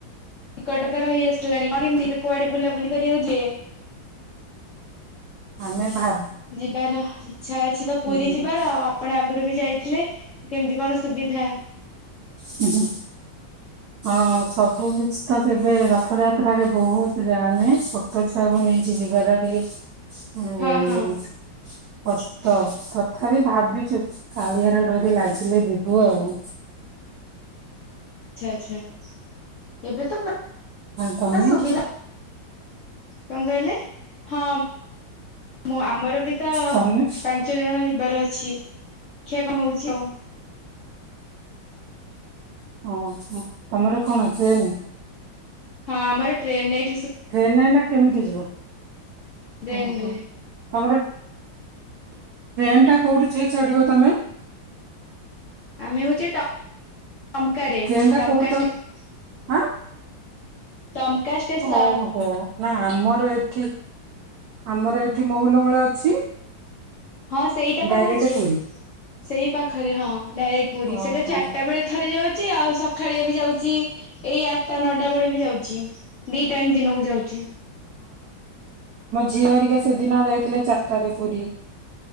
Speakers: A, on the left (about 55°); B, on the right (about 80°).
A: ନିକଟତର ହେଇ ଆସିଲାଣି କେମିତି ଏବେ କୁଆଡେ ବୁଲାବୁଲି କରିବାକୁ ଯିବେ
B: ଆମେ ଭା
A: ଯିବାର ଇଚ୍ଛା ଅଛି ତ ପୁରୀ
B: ହଁ
A: ଯିବାର ଆଉ ଆପଣ ଆଗରୁ ବି ଯାଇଥିଲେ? କେମିତି କଣ ସୁବିଧା।
B: ହୁଁ ହୁଁ ହଁ ସବୁ କିଛି ତ ଏବେ ରଥଯାତ୍ରାରେ ବହୁତ ଯାମ୍ ହେ ଛୋଟ ଛୁଆକୁୁ ନେଇକି ଯିବା ଟା ଟିକେ ହୁଁ
A: ହଁ ହଁ
B: କଷ୍ଟ ତଥାପି ଭାବିଛୁ କାଳିଆର ଡୋରି ଲାଗିଲେ ଯିବୁ ଆଉ
A: ଆଚ୍ଛା ଆଚ୍ଛା। ଏବେ ତ <unintelligible>
B: ଆଉ ତମେ
A: ସୁବିଧା କଣ କହିଲେ ହଁ ମ ଆମର ବି ତ
B: ତମେ
A: ପାଞ୍ଚ ଜଣ ଯିବାର ଅ ଛି କ୍ଷା କଣ ହଉଛି ଆଉ
B: ଓହ ତମର କଣ <unintelligible>
A: ହଁ ଆମର ଟ୍ରେନ ରେ
B: ଟ୍ରେନ୍ ରେ ନା କେମିତି ଯିବ
A: ଟ୍ରେନରେ
B: ଓ ହୋ ତମର ଟ୍ରେନ୍ ଟା କୋଉଠୁ <unintelligible> ଚଢ଼ିବ ତମେ
A: ଆମେ ହଉଛୁ ଟ ଟମ୍ କାରେ ରେ
B: ଟ୍ରେନ ଟା
A: ଟମ୍
B: କୋଉଠି
A: କା
B: ତମ
A: ଷ୍ଟେସନ
B: ଆଁ।
A: ଟମ୍ କା ଷ୍ଟେସନ୍
B: ଓହୋ ନା ଆମ <unintelligible> ଠି ଆମର ଏଠି ମହୁଲ ମୂଳ ଅଛି
A: ହଁ ସେଇଟା ପା
B: ଡାଇରେକ୍ଟ
A: କହୁଛି,
B: ପୁରୀ
A: ସେଇ ପାଖରେ ହଁ ଡାଇରେକ୍ଟ ପୁରୀ
B: ଓହୋ
A: ।ସେଇଟା ଚାରଟା ବେଳେ ଥରେ ଯାଉଛି, ଆଉ ସ ସଖାଳେ ବି ଯାଉଛି, ଏଇ ଆଟ୍ ଟା ନଅଟା ବେଳେ ବି ଯାଉଛି ଦି ଟାଇମ ଦିନକୁ ଯାଉଛି
B: ଝିଅହେରିକା ସେଦିନ ଯାଇଥିଲେ, ଚାର୍ ଟାରେ ପୁରୀ ।